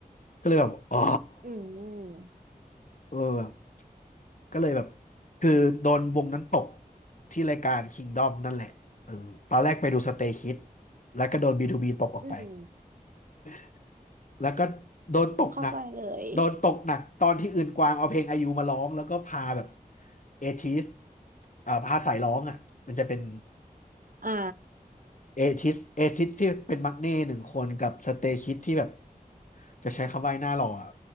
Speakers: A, on the left (about 55°); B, on the right (about 65°).
A: ก็เลยแบบอ๋อ
B: อืม
A: เออแบบก็เลยแบบคือโดนวงนั้นตกที่รายการ Kingdom นั่นแหละเออตอนแรกไปดู Stray Kids แล้วก็โดน B2B ตกออกไป
B: อืม
A: <laughs> แล้วก็โดนตกหนัก
B: เข้าใจเลย
A: โดนตกหนักตอนที่อื่นกวางเอาเพลงไอายุมาร้องแล้วก็พาแบบเอทิสอ่าพาสายร้องอ่ะมันจะเป็น
B: อ่า
A: เอทิสเอทิสที่เป็นมักเน่หนึ่งคนกับสเตคิดที่แบบจะใช้คำว่าไอ้หน้าหล่ออะ